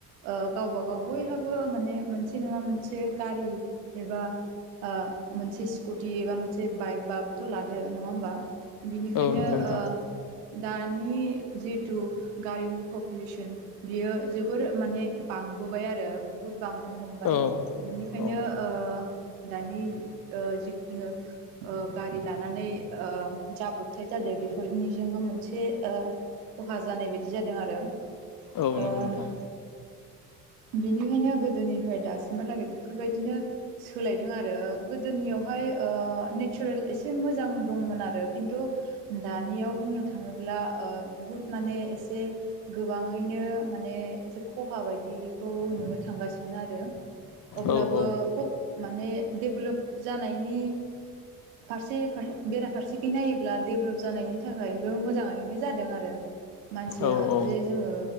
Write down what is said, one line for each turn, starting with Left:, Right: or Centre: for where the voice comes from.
Right: ओ गावबा गाव बयहाबो माने मोन से नङा मोनसे गारि एबा ओ मोनसे स्कुटि एबा मोनसे बाइक बाबोथ' लादो नङा होमबा बिनिखायनो
Left: औ नंगौ नोंथां
Right: ओ दानि जिथु गारिनि पपुलेसन बियो जोबोर माने बांबोबाय आरो बुहुत बांबोनो हम बाय
Left: औ
Right: बिनिखायनो
Left: औ
Right: ओ दानि ओ जिखुनु ओ गारि लानानै ओ जाब्रबथाय जादों बेफोरनि बिजोंबो मोनसे ओ खहा जानाय बायदि जादों आरो
Left: औ नंगौ
Right: ओ
Left: नोंथां
Right: बेनिखायनो गोदोनि फ्राय दासिमहालागै बेफोरबायदिनो सोलायदों आरो गोदोनियावहाय ओ नेचारेल एसे मोजां दंमोन आरो खिन्थु दानियाव बुंनो थाङोब्ला ओ बुहुत माने एसे गोबाङैनो माने एसे खहा बायदिखौ नुनो थांगासिनो आरो अब्लाबो
Left: औ औ
Right: फब माने डेभेलप जानायनि फारसे फार बेराफारसेखि नायोब्ला डेभेलप जानायनि थाखाय बे मोजाङैनो जादों आरो मानसिया
Left: औ औ
Right: जे जोङो